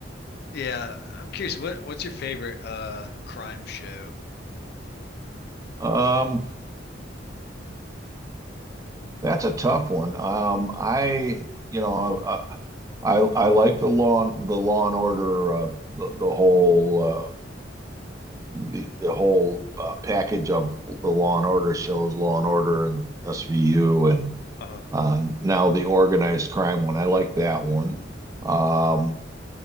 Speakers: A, on the left; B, on the right.
A: Yeah. I'm curious, what what's your favorite uh crime show?
B: Um, That's a tough one. Um, I, you know, I, I, I like the law, the Law and Order, uh, the, the whole, uh, the the whole uh, package of the Law and Order shows, Law and Order and SVU, and
A: Uh
B: uh, now the organized crime one. I like that one. Um,